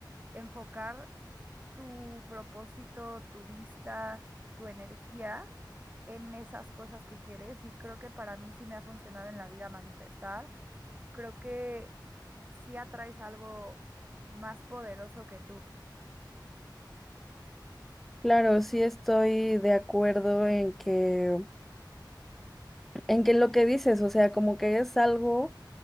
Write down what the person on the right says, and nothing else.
enfocar tu propósito, tu vista, tu energía en esas cosas que quieres y creo que para mí sí me ha funcionado en la vida manifestar. Creo que sí atraes algo más poderoso que tú.